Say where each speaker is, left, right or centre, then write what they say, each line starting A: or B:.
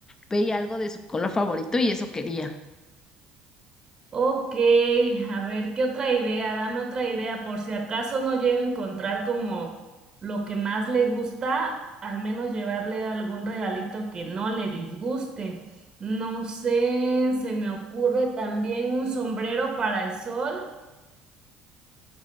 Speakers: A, on the left; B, on the right.
A: veía algo de su color favorito y eso quería.
B: Ok, a ver, ¿qué otra idea? Dame otra idea por si acaso no llego a encontrar como lo que más le gusta, al menos llevarle algún regalito que no le disguste. No sé, se me ocurre también un sombrero para el sol.